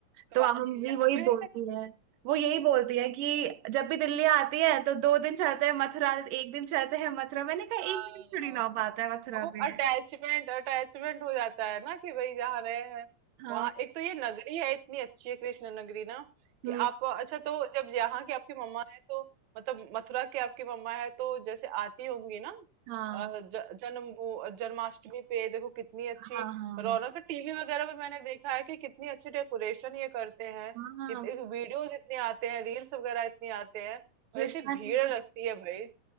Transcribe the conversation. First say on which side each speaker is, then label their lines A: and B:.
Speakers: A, on the right (about 70°); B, on the right (about 90°).
A: तो
B: तो अब
A: आती
B: मम्मी
A: है यहाँ
B: वही
A: पे
B: बोलती है वो यही बोलती है कि जब भी दिल्ली आती है तो दो दिन चलते हैं मथुरा एक दिन चलते हैं मथुरा मैंने कहा
A: हाँ,
B: एक दिन थोड़ी ना हो पाता है मथुरा
A: वो
B: में
A: अटैचमेंट अटैचमेंट हो जाता है ना कि भाई जहाँ रहे हैं
B: हाँ
A: वहां एक तो ये नगरी है इतनी अच्छी है कृष्ण नगरी ना कि
B: हम्म
A: आप अच्छा तो जब यहाँ की आपकी मम्मा है तो मतलब मथुरा की आपकी मम्मा है तो जैसे आती होंगी ना
B: हाँ
A: अ, ज- जन्म वो, जन्माष्टमी पे देखो कितनी अच्छी
B: हाँ हाँ
A: रौनक टीवी वगैरह में मैंने देखा है कि कितनी अच्छी डेकोरेशन ये करते हैं
B: हाँ
A: कितने वीडियोज इतने आते हैं रील्स वगैरह इतने आते हैं
B: कृष्णा
A: और इतनी भीड़
B: जी का
A: लगती है भाई